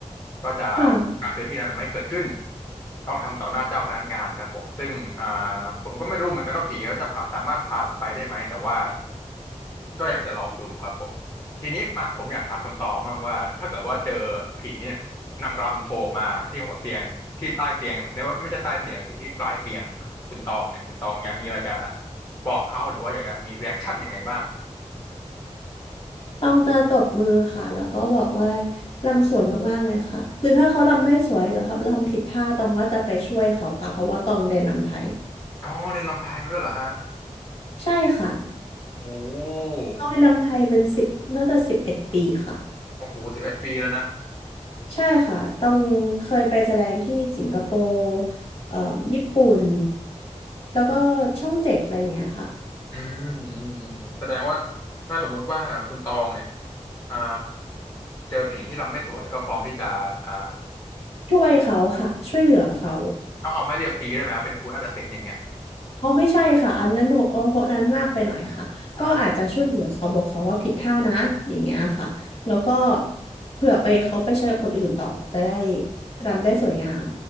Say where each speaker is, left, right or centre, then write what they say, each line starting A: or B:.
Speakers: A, on the left (about 30°); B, on the left (about 50°).
A: ก็จะ
B: ค่ะ
A: การซื้อที่นั้นน่ะไม่เกิดขึ้นต้องทำต่อหน้าเจ้าพนักงานครับผมซึ่งอ่าผมก็ไม่รู้เหมือนกันว่าผีเขาจะพาสามารถพาผมไปได้ไหมแต่ว่าก็อยากจะลองดูครับผมทีนี้อ่ะผมอยากถามคุณตองมั่งว่าถ้าเกิดว่าเจอผีเนี่ยนางรำโผล่มาที่หัวเตียงที่ใต้เตียงเนี่ยไม่ใช่ใต้เตียงสิที่ปลายเตียงคุณตองเนี่ยคุณตองอยากมีอะไรจะบอกเขาหรือว่าอยากจะมีรีแอคชั่นยังไงบ้าง
B: ต้องจะตบมือค่ะ แล้วก็บอกว่าลำสวยมากๆเลยค่ะ หรือถ้าเขาลำไม่สวยหรือครับลำผิดท่าตองก็จะไปช่วยเขาค่ะเพราะว่าตองเรียนลำไทย
A: อ๋อเรียนรำไทยมาด้วยเหรอฮะ
B: ใช่ค่ะ
A: โอ้
B: ตองเรียนลำไทยเป็นสิบน่าจะสิบเอ็ดปีค่ะ
A: โอ้โหสิบเอ็ดปีแล้วนะ
B: ใช่ค่ะต้องเคยไปแสดงที่สิงคโปร์เอ่อญี่ปุ่นแล้วก็ช่องเจ็ดอะไรอย่างเงี้ยค่ะ
A: อืมอืมอืมอืมแสดงว่าถ้าสมมติว่าคุณตองเนี่ยอ่าเจอผีที่รำไม่สวยก็พร้อมที่จะอ่า
B: ช่วยเขาค่ะช่วยเหลือเขา
A: ต้องเอาไม้เรียวตีได้ไหมครับเป็นครูนาฏศิลป์อย่างเงี้ย
B: อ๋อไม่ใช่ค่ะอันนั้นโหโหนั้นมากไปหน่อยค่ะก็อาจจะช่วยเหลือเขาบอกเขาว่าผิดท่านะอย่างเงี้ยค่ะแล้วก็
A: ครับ
B: เผื่อไปเขาไปใช้กับคนอื่นต่อจะได้รำได้สวยงาม